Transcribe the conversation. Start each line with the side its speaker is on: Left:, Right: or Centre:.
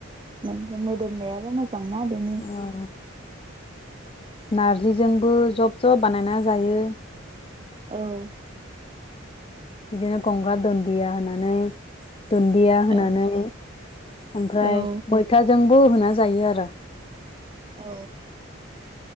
Right: मोदोमनायाबो मोजांना बेनि
Left: औ नारजिजोंबो जब जब बानायना जायो
Right: औ
Left: बिदिनो गंगार दुन्दिया होनानै दुन्दिया होनानै
Right: औ
Left: ओमफ्राय
Right: औ
Left: मैथाजोंबो होना जायो आरो
Right: औ